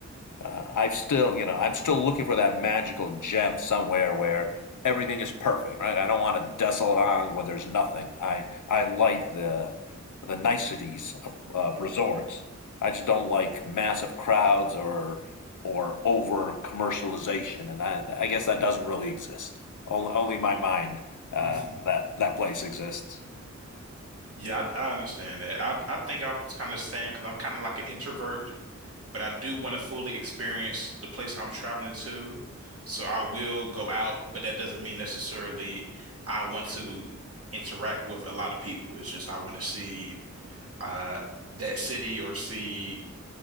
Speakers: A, on the left (about 80°); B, on the right (about 50°).
A: uh, I've still, you know, I'm still looking for that magical gem somewhere where everything is perfect, right? I don't want a desolate island where there's nothing. I I like the the niceties of, of resorts. I just don't like massive crowds or or over commercialization, and I I guess that doesn't really exist. Only only in my mind uh,
B: <laughs>
A: that that place exists.
B: Yeah, I, I understand that. I, I think I'm kind of the same because I'm kind of like an introvert, but I do want to fully experience the place I'm traveling to. So I will go out, but that doesn't mean necessarily I want to interact with a lot of people. It's just I want to see uh that city or see